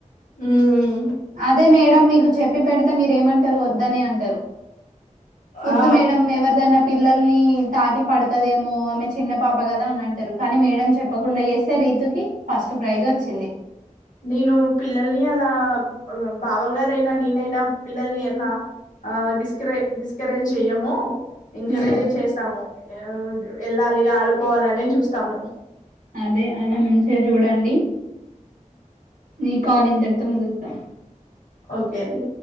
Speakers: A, on the left; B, on the right.
A: ఉమ్
B: అదే మేడం మీకు చెప్పి పెడితే మీరేమంటారు వద్దని అంటారు వద్దు
A: ఆ
B: మేడం ఎవరిదైనా పి పిల్లల్ని తాకి పడుతదేమో ఆమె చిన్న పాప కదా అని అంటారు కానీ మేడం చెప్పకుండా చేస్తారు ఇ రీతూ కీ ఫస్ట్ ప్రైజ్ వచ్చింది
A: నేను పిల్లల్ని అలా బావ గారు అయినా నేనైనా పిల్లల్ని ఎ డిస్కరే డిస్కరేజ్ చెయ్యమ ఎంకరేజ్
B: హ్మ్.
A: చేస్తాము వెళ్ళాలి ఆడుకోవాలి అనే చూస్తాము
B: అదే అలా మంచిగా చూడండి నీ కాల్ ఇంతటితో ముగిస్తాం.
A: ఓకే అండి